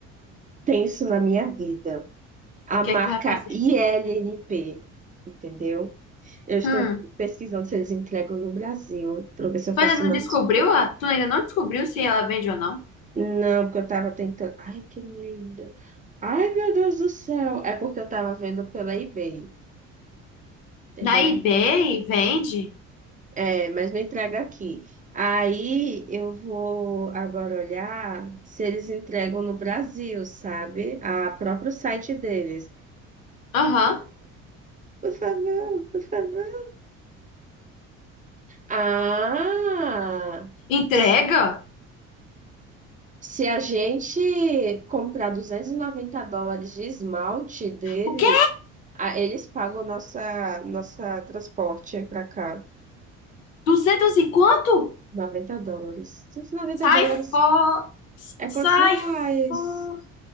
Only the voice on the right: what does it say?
tenso na minha vida. A
marca
ILNP, entendeu? Eu estou
pesquisando se eles entregam no Brasil, para ver se eu faço
mais.
Não, porque eu tava tentando. Ai, que lindo. Ai, meu Deus do céu. É porque eu tava vendo pela eBay, entendeu?
É, mas não entrega aqui. Aí eu vou agora olhar se eles entregam no Brasil, sabe? A próprio site deles.
Por favor, por favor. Ah!
s- Se a gente comprar 290 dólares de esmalte deles,
ah, eles pagam nossa nossa transporte para cá.
noventa dólares. noventa
dólares
é quantos
reais?